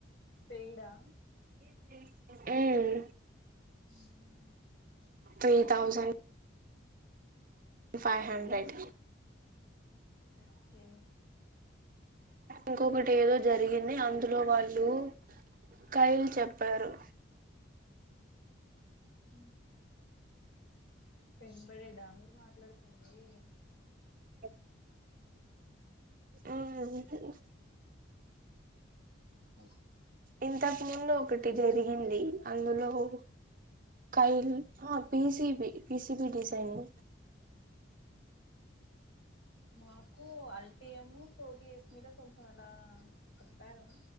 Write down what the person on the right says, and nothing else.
మ్
three thousand five hundred
ఇంకొకటి ఎదో జరిగింది అందులో వాళ్ళు కైలు చెప్పారు.
ఒ ఆహుహు
ఇంతకు ముందు ఒకటి జరిగింది అందులో ఓ కైల్ ఆ పీసీబీ పీసీడిబీ సైన్ <inaudible>